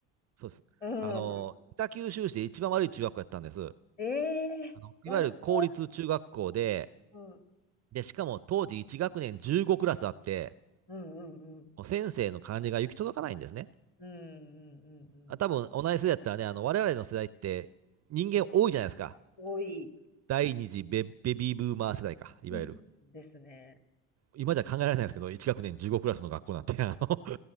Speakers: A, on the right; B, on the left.
A: そうです。
B: うん。
A: あの、北九州市で一番悪い中学校やったんです。
B: ええー悪そう。
A: あの、いわゆる公立中学校で、
B: うん。
A: で、しかも当時1学年15クラスあって、
B: うんうんうん
A: 先生の管理が行き届かないんですね。
B: うんうんうんうん。
A: あ多分同じ世代だったらね、あの我々の世代って人間多いじゃないですか。
B: 多い
A: 第二次ベベビーブーマー世代か、いわゆる。
B: うんですね。
A: 今じゃ考えられないですけど、1学年15クラスの学校なんて、あの